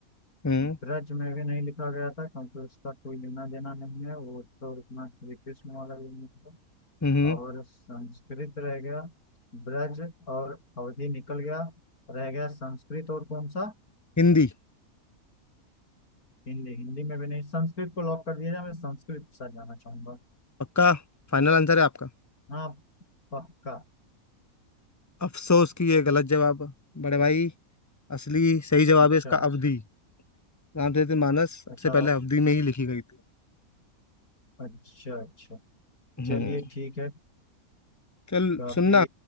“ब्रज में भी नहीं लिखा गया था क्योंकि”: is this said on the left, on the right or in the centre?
Left